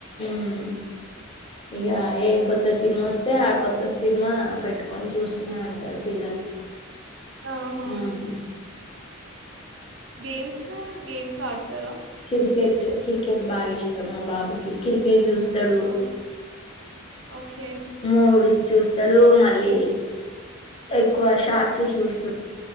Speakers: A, on the left; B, on the right.
A: ఉమ్ ఇగా ఏ కొత్త సినిమా వస్తే ఆ కొత్త సినిమా పెట్టుకొని చూస్తూనే ఉంటారు పిల్లలు
B: ఆహా
A: హామ్
B: గేమ్స్ గేమ్స్ ఆడుతర
A: కిరికెట్ క్రికెట్ బాగా ఇష్టం మా బాబుకి క్రికె చూస్తాడు
B: ఆ ఓకే
A: మూవీస్ చూస్తాడు మళ్ళీ ఎక్కువ షార్ట్స్ చూస్త డు